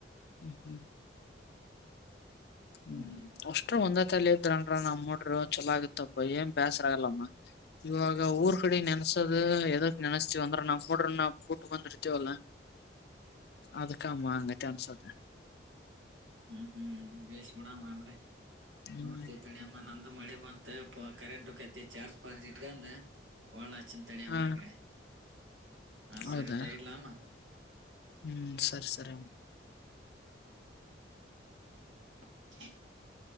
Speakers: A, on the left (about 60°); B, on the right (about 90°).
A: ಹ್ಮ ಹ್ಮ್ ಹ್ಮ
B: ಹ್ಮ್
A: ಅಷ್ಟ್ರು ಒಂದೇ ತಲ ಇದ್ರನ್ ನಮ್ ಮೂಡರು ಚಲಾಗಿತ್ತಪ್ಪ ಏನ್ ಬೇ ಆಗಲ್ಲಮ್ಮ ಇವಾಗ ಊರ್ ಕಡೆ ನೆನ್ಸದ ಎದಕ್ ನೆನಸ್ತಿವ ಅಂದ್ರ ನಾ ಮೂಡ್ರ ನ ಬಟ್ಟ ಬಂದಿರ್ತೇವಲ್ಲ ಅ ಮ್ಮ ಅಂಗ ಚ ಅನ್ಸ್ದ
B: ಹ್ಮ್ ಹ್ಮ್ ಬೇಶ್ ಗೂಡ ಮಾಡ್ರೆ
A: ಹ್ಮ್
B: ನೋಡ್ತತಡ ಅಮ್ಮ ನಂದು ಮಳೆ ಬಂದ ಮ ಕರೆಂಟ್ಕತಿ ಚಾರ್ಜ್ ಪಾರ್ಜಿ ಇಟ್ಕಂದ ಒಳ್ಳ ಚಿಡ ಅಮ್ಮಗಡೆ
A: ಹಾ
B: ಹಾ ಸರಿತಾ
A: ಹೌದಾ
B: ಇಡ್ಲ ಅಮ್ಮ
A: ಹ್ಮ್ ಸರಿ ಸರಿ ಅ
B: <unintelligible>